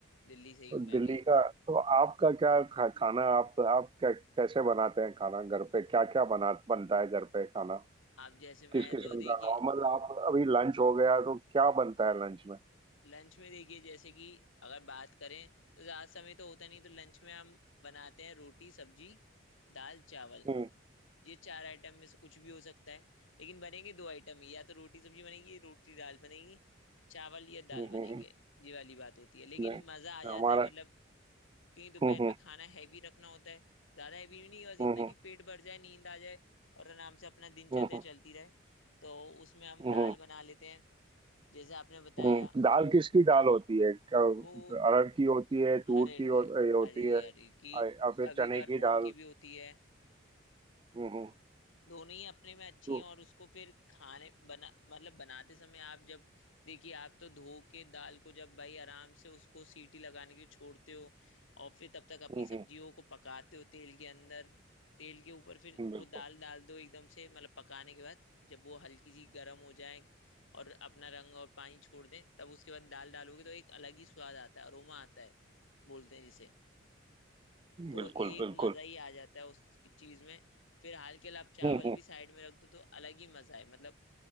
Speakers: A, on the left (about 75°); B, on the right (about 25°).
A: दिल्ली से ही
B: तो
A: हूँ मैं
B: दिल्ली
A: भी
B: का तो आपका क्या खा, खाना आप आप क्या कैसे बनाते हैं खाना घर पे क्या क्या बना बनता है घर पे खाना
A: आप जैसे
B: किस
A: मैं
B: किस्म
A: तो देखिए
B: का नॉर्मल आप अभी लंच हो गया तो क्या बनता है लंच में
A: लंच में देखिए जैसे कि अगर बात करें तो ज्यादा समय तो होता नहीं तो लंच में हम बनाते हैं रोटी सब्जी दाल चावल
B: हम्म
A: ये चार आइटम में से कुछ भी हो सकता है लेकिन बनेंगे दो आइटम ही या तो रोटी सब्जी बनेगी रोटी दाल बनेगी चावल या दाल
B: हम्म
A: बनेंगे
B: हम्म, हम्म,
A: ये वाली बात होती है लेकिन
B: नहीं
A: मजा आ जाता
B: हमारा
A: है मतलब क्योंकि दोपहर
B: हम्म हम्म
A: में खाना हैवी रखना होता है ज्यादा हैवी भी नहीं बस इतना
B: हम्म
A: कि पेट भर जाए नींद आ जाए और आराम से अपना दिनचर्या
B: हम्म
A: चलती रहे तो उसमें हम
B: हम्म
A: दाल
B: हम्म
A: बना लेते हैं जैसे आपने बताया
B: हम्म, दाल किसकी दाल होती है क-
A: वो
B: अरहर की होती है तूर
A: हर अरगे
B: की हो, ए, होती
A: अरगी
B: है
A: अरगी
B: और और फिर
A: कभी
B: चने
A: कभार
B: की
A: मूंग
B: दाल
A: की भी होती है
B: हम्म हम्म
A: दोनों ही अपने में अच्छी
B: तो
A: हैं और उसको फिर खाने बना मतलब बनाते समय आप जब देखिए आप तो धो के दाल को जब भाई आराम से उसको सीटी लगाने के लिए छोड़ते हो और फिर तब तक अपनी
B: हम्म
A: सब्जियों को पकाते हो तेल के अंदर तेल के ऊपर फिर
B: हम्म बिल्कुल
A: वो दाल डाल दो एकदम से मतलब पकाने के बाद जब वो हल्की सी गर्म हो जाए और अपना रंग और पानी छोड़ दे तब उसके बाद दाल डालोगे तो एक अलग ही स्वाद आता है अरोमा आता है बोलते हैं जिसे तो
B: बिल्कुल
A: एक
B: बिल्कुल
A: मजा ही आ जाता है उस चीज में फिर हाल के लिए आप चावल
B: हम्म, हम्म।
A: भी साइड में रख दो तो अलग ही मजा है मतलब